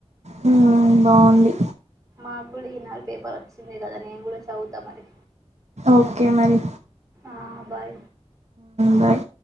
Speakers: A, on the right; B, on the right.
A: హ్మ్మ్ బాగుంది
B: మాకు కూడా ఈ నాడు పేపర్ వచ్చిందియి గదా నేను కూడా చవుద్దా మరి
A: ఓకే మరి
B: ఆ బై
A: బాయ్